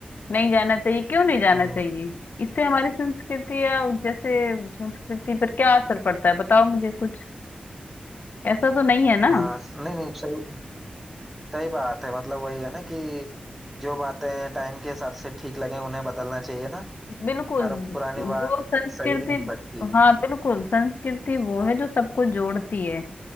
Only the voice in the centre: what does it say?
हम्म,
हाँ नहीं नहीं सही सही बात है मतलब वही है ना कि जो बातें टाइम के हिसाब से ठीक लगे उन्हें बदलना चाहिए ना
हर पुरानी
बात
सही नहीं हो सकती